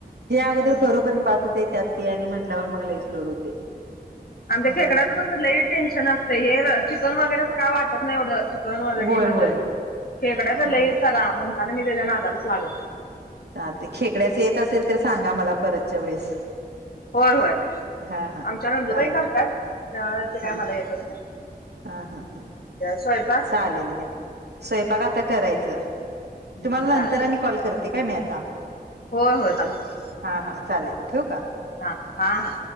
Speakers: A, on the right (about 80°); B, on the left (about 65°).
A: जे अगोदर
B: हम्म.
A: करूपर्यंत बसत ते त्यात. सियानी म्हंटल्यावर मग लेस लोड होते. हम्म
B: आम त्या खेकड्याचं कसं ल टेन्शन असतं हे चिकन वगैरेच काय वाटत नाहीवढं. न वदडी
A: होय
B: मटन
A: होय
B: खेकड्याच
A: हा
B: ल सरा म्हणताना मी त्याच्या नागालाच लागत आहे.
A: चाल ते खेकड्याच येत असेल तर सांगा मला परतच्या वेळेस.
B: होय होय
A: हा हा
B: आमच्या नंदुबाई
A: चालेल
B: करतात ते काय
A: हा
B: मला येतच नाही.
A: हा हा हा
B: स्वयंपाक
A: चालेल घ्या. स्वयंपाक आता करायचं
B: हम्म
A: तुम्हाला
B: चालते
A: नंतर आणि कॉल करते काय मी आता.
B: होय होय चालते
A: हा हा चालेल ठेव का.
B: हा हा हा.